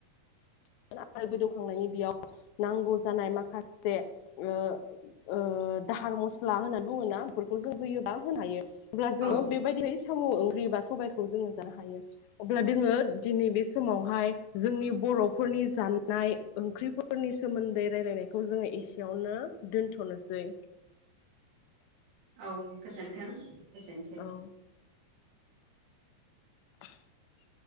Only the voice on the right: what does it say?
औ
औ गोजोन्थों एसेनोसै